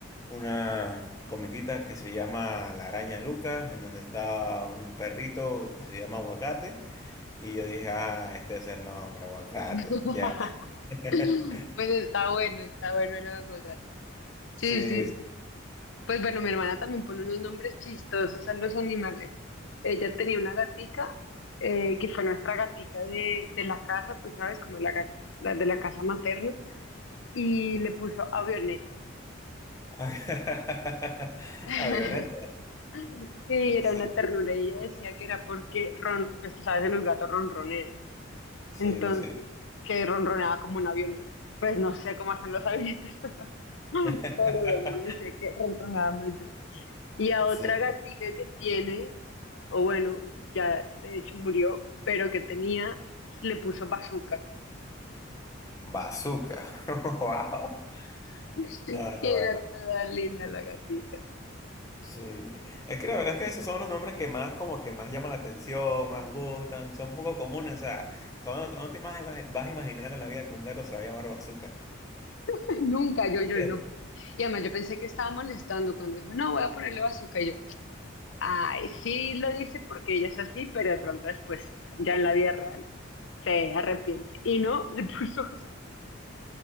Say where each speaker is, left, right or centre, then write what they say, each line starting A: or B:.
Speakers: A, on the left; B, on the left.
A: una comiquita que se llama La Araña Lucas, en donde está un perrito que se llama Aguacate, y yo dije, ah, este es el nombre, Aguacate,
B: <laughs>
A: ya. <laughs>
B: Pues está bueno, está bueno el aguacate. Sí,
A: Sí,
B: sí,
A: sí.
B: sí. Pues bueno, mi hermana también pone unos nombres chistosos a los animales. Ella tenía una gatica eh, que fue nuestra gatica de, de la casa, pues sabes, como la, ga- la de la casa materna. y le puso avioneta.
A: <laughs>
B: <laughs>
A: Avioneta,
B: Sí, era
A: sí,
B: una ternura y ella decía que era porque ron, pues tú sabes que los gatos ronronean,
A: sí,
B: entonces
A: sí.
B: que ronroneaba como una avioneta. Pues no sé cómo hacen las avionetas, <laughs> pero, pero
A: <laughs>
B: bueno, yo decía que ronroneaba muy duro. Y a
A: Sí.
B: otra gatica que tiene, o bueno, ya de hecho murió, pero que tenía, le puso bazooka.
A: Bazooka. <laughs> Wow.
B: <laughs>
A: No,
B: Y
A: no,
B: era
A: bueno,
B: toda linda la gatica.
A: sí. Es que la verdad es que esos son los nombres que más como que más llaman la atención, más gustan, son poco comunes. O sea, ¿cómo, cómo te ima- vas a imaginar en la vida que un gato se va a llamar Bazooka?
B: <laughs> Nunca,
A: <laughs>
B: yo, yo no Y además yo pensé que estaba molestando cuando dijo, no, voy a ponerle bazooka. Y yo, ay, sí lo dice porque ella es así, pero de pronto después, ya en la vida real, se arrepiente. Y no, <laughs> le puso bazooka.